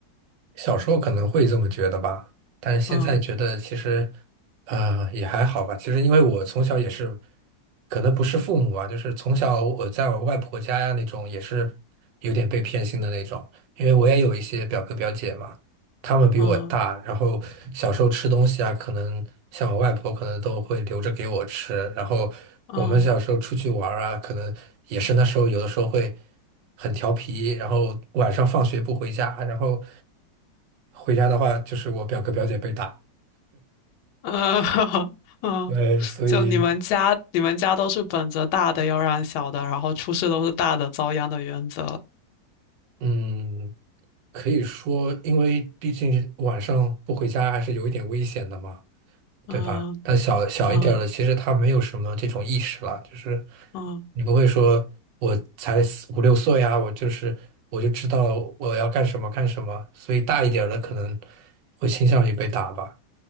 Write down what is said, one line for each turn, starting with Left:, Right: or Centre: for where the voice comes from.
Right: 小时候可能会这么觉得吧，但是现在觉得其实，
Left: 嗯
Right: 呃，也还好吧。其实因为我从小也是，可能不是父母啊，就是从小我在我外婆家呀那种，也是有点被偏心的那种。因为我也有一些表哥表姐嘛，他们比我大，
Left: 嗯
Right: 然后小时候吃东西啊，可能像我外婆可能都会留着给我吃，然后我们小时候出去玩儿啊，
Left: 嗯。
Right: 可能也是那时候有的时候会很调皮，然后晚上放学不回家，然后回家的话就是我表哥表姐被打，
Left: 呃，<laughs> 嗯，
Right: 对，所以
Left: 就你们家，你们家都是本着大的要让小的，然后出事都是大的遭殃的原则。
Right: 嗯，可以说，因为毕竟晚上不回家还是有一点危险的嘛。
Left: 嗯
Right: 对吧？但小小一点儿的，
Left: 嗯
Right: 其实他没有什么这种意识了，就是
Left: 嗯
Right: 你不会说我才四五六岁呀，我就是我就知道我要干什么干什么，所以大一点儿的可能会倾向于被打吧。